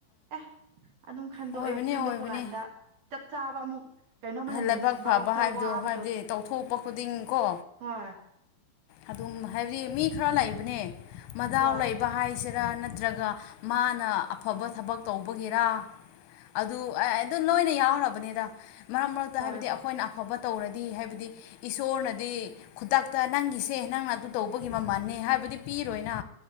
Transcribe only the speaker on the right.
ꯑꯦ ꯑꯗꯨꯝ ꯈꯟꯗꯣꯛꯑꯦ
ꯈꯟꯗꯣꯛꯄ
ꯀꯥꯟꯗ ꯆꯞ ꯆꯥꯕ ꯑꯃꯨꯛ ꯀꯩꯅꯣꯝꯃꯅ
ꯃꯦꯟꯁꯤꯟꯕ
ꯋꯥꯈꯜ
ꯋꯥꯕꯗꯣ
ꯍꯣꯏ
ꯍꯣꯏ
ꯍꯣꯏ